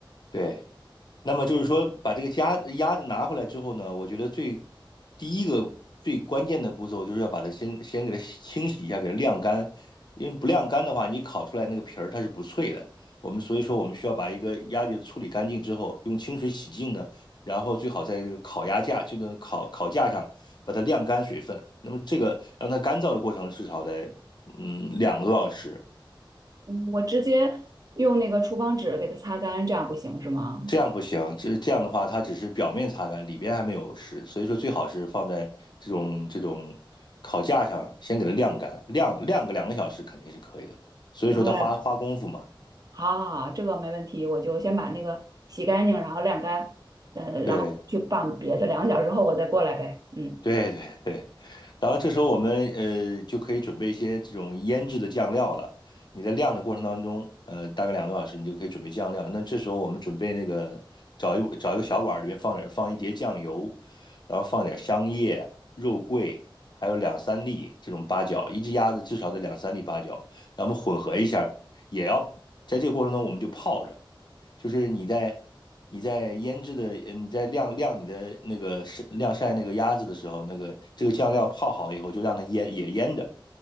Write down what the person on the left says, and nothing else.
对。那么就是说，把这个鸭鸭子拿回来之后呢，我觉得最第一个最关键的步骤就是要把它先先给它清洗一下，给它晾干。因为不晾干的话，你烤出来那个皮儿它是不脆的。我们所以说，我们需要把一个鸭子处理干净之后，用清水洗净呢，然后最好在这个烤鸭架，这个烤烤架上把它晾干水分。那么这个让它干燥的过程至少得嗯两个多小时。
这样不行，这这样的话，它只是表面擦干，里边还没有湿，所以说最好是放在这种这种烤架上，先给它晾干，晾晾个两个小时肯定是可以的。所以说它花花功夫嘛，
对，
对对对，然后这时候我们呃就可以准备一些这种腌制的酱料了。你在晾的过程当中，呃，大概两个多小时，你就可以准备酱料了。那这时候我们准备那个找一找一个小碗儿，里面放点放一碟酱油，然后放点香叶、肉桂，还有两三粒这种八角，一只鸭子至少得两三粒八角，然后我们混合一下，也要在这个过程中我们就泡着。就是你在你在腌制的，呃你在晾晾你的那个晒晾晒那个鸭子的时候，那个这个酱料泡好了以后，就让它腌也腌着，